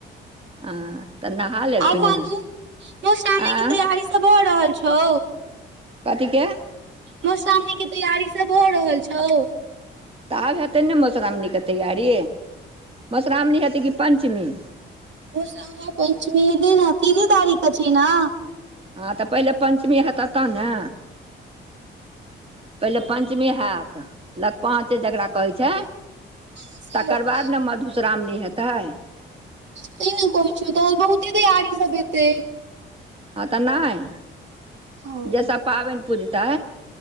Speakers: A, on the right (about 30°); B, on the right (about 65°).
A: हँ तऽ नहा लेब
B: आी
A: कि
B: मशी
A: ने आँय
B: के तैयारी त भऽ रहल छौ
A: कथित के
B: मधुश्रावणी के तैयारी सब भ रहल छौ
A: तऽ आब हेतै ने मधुश्रावणी के तैयारी मधुश्रावणी हेतै कि पञ्चमी
B: सामा पञ्चमी हैताई ने तीन तारीख के छै ने
A: हँ तऽ पहिले पञ्चमी हेतह तह ने पहिले पञ्चमी हैत लग पाँच जकरा कहै छै
B: से
A: तकर
B: हेतै
A: बाद ने मधुश्रावणी हैताई
B: त ने कहै छियौ तोहार बहुत ते तैयारी सब हैताई
A: हँ तऽ नई
B: हँ
A: जैसब पाबनि पुजतै